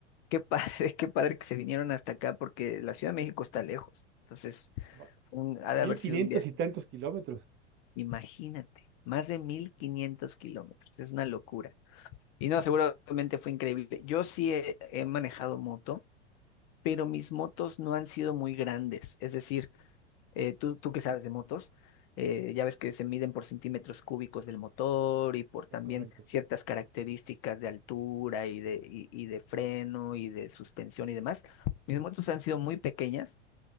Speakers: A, on the left; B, on the right.
A: qué padre, <laughs> qué padre que se vinieron hasta acá porque la Ciudad de México está lejos. Entonces,
B: Va-
A: fue un- ha de
B: Mil
A: haber
B: quinientos
A: sido un viaje.
B: y tantos kilómetros,
A: Imagínate, más de 1500 kilómetros. Es una locura. Y no, seguramente fue increíble. Yo sí he, he manejado moto, pero mis motos no han sido muy grandes. Es decir, eh, tú, tú que sabes de motos, eh, ya ves que se miden por centímetros cúbicos del motor y por también
B: es correcto.
A: ciertas características de altura y de, y, y de freno y de suspensión y demás. Mis motos han sido muy pequeñas,